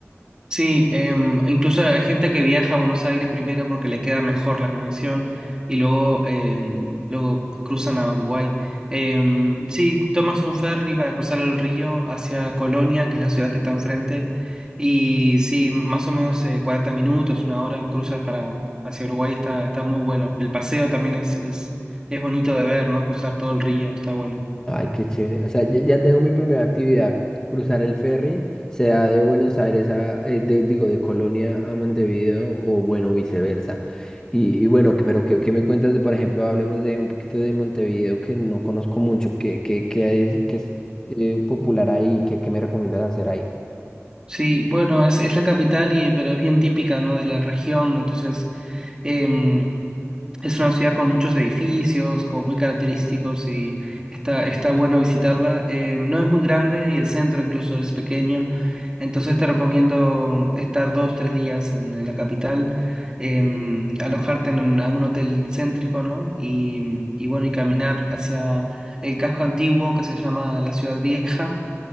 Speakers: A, on the right; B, on the left.
A: Sí, em, incluso hay gente que viaja a Buenos Aires primero porque le queda mejor la conexión y luego, em, luego cruzan a Uruguay. Em, sí, tomas un ferry para cruzar el río hacia Colonia, que es la ciudad que está enfrente, y sí, más o menos eh, 40 minutos, una hora, cruzas para, hacia Uruguay, está, está muy bueno. El paseo también es, es, es bonito de ver, ¿no? Cruzar todo el río, está bueno.
B: Ay, qué chévere. O sea, ya ya tengo mi primera actividad, cruzar el ferry, sea de Buenos Aires a, eh, de- digo, de Colonia a Montevideo o bueno, viceversa. Y, y bueno, que- pero ¿qué, qué me cuentas de, por ejemplo, hablemos de un poquito de Montevideo que no conozco mucho, qué, qué, qué hay, qué es eh, popular ahí, qué, qué me recomiendas hacer ahí?
A: Sí, bueno, es, es la capital, y, pero es bien típica, ¿no? de la región, entonces... em, Es una ciudad con muchos edificios, como muy característicos y está, está bueno visitarla. Eh, no es muy grande y el centro incluso es pequeño, entonces te recomiendo estar dos, tres días en, en la capital, em, alojarte en un- algún hotel céntrico, ¿no? Y, y bueno, y caminar hacia el casco antiguo que se llama la Ciudad Vieja